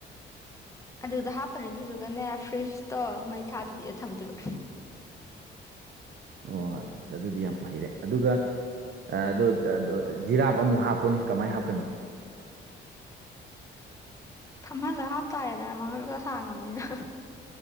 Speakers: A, on the left; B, on the right.
A: ꯑꯗꯨꯗ ꯍꯥꯞꯄꯅꯦ ꯑꯗꯨꯗꯨꯒꯅꯦ ꯐ꯭ꯔꯤꯖꯇꯣ ꯃꯩ ꯊꯥꯗꯕꯤꯗ ꯊꯝꯗꯨꯏꯕ
B: ꯑꯣ ꯑꯁ ꯑꯗꯨꯗꯤ ꯌꯥꯝ ꯍꯩꯔꯦ ꯑꯗꯨꯒ ꯑ ꯑꯗꯨ ꯑ ꯑꯗꯨ ꯖꯤꯔꯥꯞ ꯑꯃꯨꯛ ꯍꯥꯞꯄꯣꯅꯦ ꯀꯃꯥꯏ ꯍꯥꯞꯀꯅꯤ
A: ꯐꯝꯍꯜꯂ ꯍꯥꯞꯇꯥꯔꯦꯗꯅ ꯃꯉꯛꯇꯣ ꯁꯥꯡꯉꯕꯅꯤꯅ